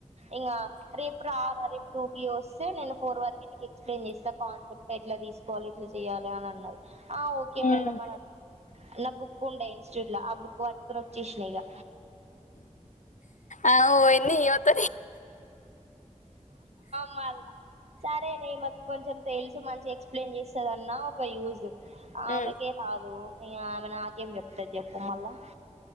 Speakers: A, on the right; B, on the left.
A: ఇంకా రేపు ఆ రేపు టూ కి వస్తే నేను ఫోర్ వరకు నీకు ఎక్స్ప్లెయిన్ చేస్తా కాన్సెప్ట్ ఎట్లా తీసుకోవాలి ఎట్లా చెయ్యాలి అని అన్నది ఆ ఓకే
B: ఉమ్
A: మేడమా అని అన్నా న్న బుక్ ఉండ ఇన్స్టిట్యూట్ లో కు అకుచ్చిష్నిగా
B: అ ఎన్ని ఇవత
A: మ సారే న కొంచెం తెలుసు మంచిగా ఎక్స్ప్లెయిన్ చేస్తుందిన్న ఒక యూజ్ ఆ ఆమెగే
B: ఉమ్
A: రాదు అయ ఆమె నాకేం చెప్తది చెప్ప మళ్ళా